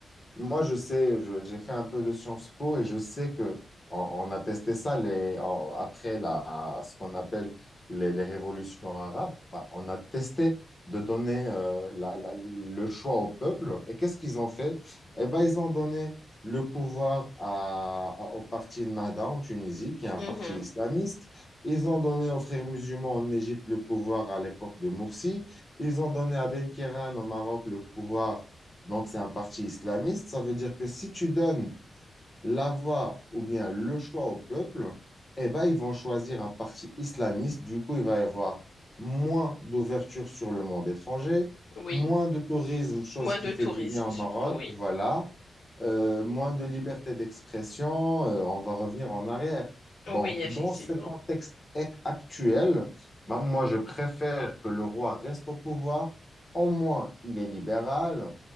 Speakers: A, on the left; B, on the left.
A: moi, je sais, je- j'ai fait un peu de Sciences Po et je sais que on, on a testé ça les, en- après la, ce qu'on appelle les, les révolutions arabes. Bah, on a testé de donner euh, la- la- le choix au peuple. Et qu'est-ce qu'ils ont fait? Eh ben, ils ont donné le pouvoir à, à- au parti Ennahda en Tunisie, qui est un
B: Mhm.
A: parti islamiste. Ils ont donné aux frères musulmans en Égypte le pouvoir à l'époque de Morsi. Ils ont donné à Ben Khéran au Maroc le pouvoir donc, c'est un parti islamiste. Ça veut dire que si tu donnes la voix ou bien le choix au peuple, eh ben, ils vont choisir un parti islamiste. Du coup, il va y avoir moins d'ouverture sur le monde étranger,
B: Oui,
A: moins de tourisme, chose
B: moins
A: qui
B: de
A: fait
B: tourisme
A: du bien au
B: surtout,
A: Maroc,
B: oui.
A: voilà, Euh, moins de liberté d'expression, euh, on va revenir en arrière.
B: Oui,
A: Donc,
B: effectivement.
A: dans ce contexte ac- actuel, ben, moi, je préfère que le roi reste au pouvoir. Au moins, il est libéral.